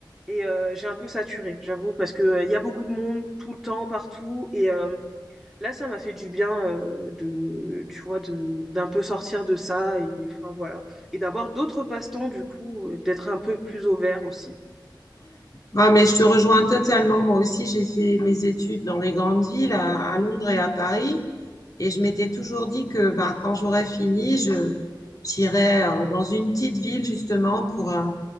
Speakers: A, in the centre; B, on the left.
A: et euh, j'ai un peu saturé, j'avoue, parce que euh, il y a beaucoup de monde tout le temps, partout. Et, euh, Là, ça m'a fait du bien euh, de, tu vois, de, d'un peu sortir de ça et enfin voilà, et d'avoir d'autres passe-temps du coup, euh, d'être un peu plus au vert aussi.
B: Ah, mais je te rejoins totalement. Moi aussi, j'ai fait mes études dans les grandes villes, à, à Londres et à Paris. Et je m'étais toujours dit que ben, quand j'aurais fini, je, j'irais euh, dans une petite ville, justement, pour un,